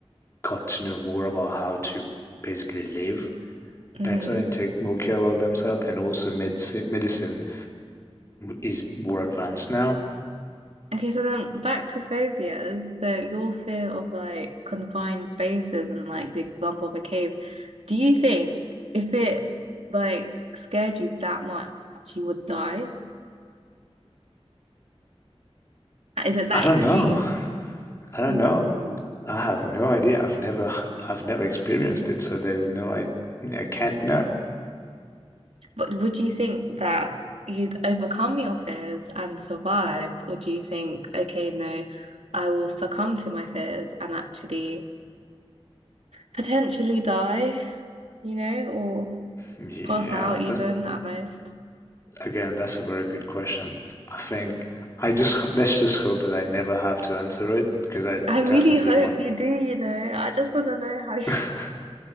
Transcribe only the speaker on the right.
Mm-hmm.
Okay, so then back to phobias. So your fear of like confined spaces and like the example of a cave, do you think if it like scared you that much, you would die? Is it that
extreme?
Ooh.
But would you think that you'd overcome your fears and survive? Or do you think, okay, no, I will succumb to my fears and actually potentially die, you know, or
pass out even
at most?
I really
hope
you do, you know. I just want to know how you,